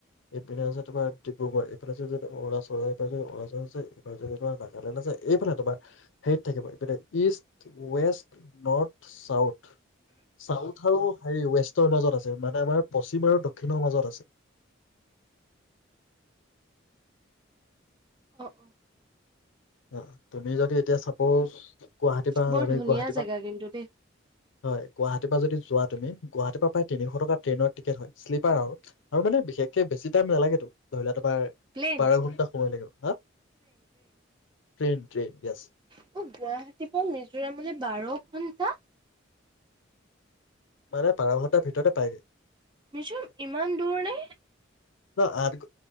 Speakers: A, on the left; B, on the right.
A: এইপিনে আছে তোমাৰ ডিব্ৰুগড় এইফালে অৰুণচল এইফালেদি অৰুণাচল আছে এইফালেদি তোমাৰ নাগালেণ্ড আছে এইফালে তোমাৰ হেৰিত থাকিব ইপিনে east west north south south আৰু হেৰি ৱেষ্টৰ মাজত আছে মানে আমাৰ পশ্চিম আৰু দক্ষিণৰ মাজত আছে
B: অ অ
A: অ তুমি যদি এতিয়া চাপোজ গুৱাহাটীৰ পৰা
B: বৰ
A: আমি
B: ধুনীয়া
A: গুৱাহাটীৰ
B: জেগা
A: পৰা
B: কিন্তু দেই।
A: হয় গুৱাহ যোৱা তুমি গুৱাহাটী পৰা প্ৰায় তিনিশ ট ট্ৰেইনৰ টিকেট শ্লীপাৰ হয় আৰু মানে বিশেষকে বেছি টাইম নালাগেটো ধৰি লোৱা তোমাৰ
B: প্লেন
A: বাৰ ঘন্টা সময় লাগিব হা ট্ৰেইন ট্ৰেইন য়েছ
B: অ গুৱাহাটীৰ পৰা মিজোৰামলৈ বাৰ ঘন্টা
A: মানে বাৰ ঘণ্টাৰ ভিতৰতে পায়গৈ
B: মিছুৰ ইমান দূৰনে?
A: না